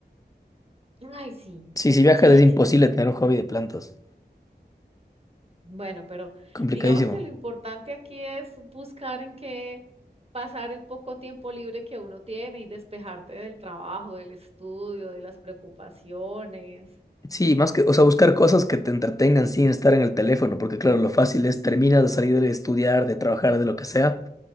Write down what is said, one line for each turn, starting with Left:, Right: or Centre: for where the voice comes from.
Right: Ay, sí.
Left: Sí, si viajas
Right: Sí,
Left: es imposible
Right: sí, sí.
Left: tener un hobby de plantas.
Right: Bueno, pero
Left: Complicadísimo.
Right: digamos que lo importante aquí es buscar en qué pasar el poco tiempo libre que uno tiene y despejarte del trabajo, del estudio, de las preocupaciones.
Left: Sí, más que, o sea, buscar cosas que te entretengan sin estar en el teléfono, porque claro, lo fácil es terminas de salir de estudiar, de trabajar, de lo que sea,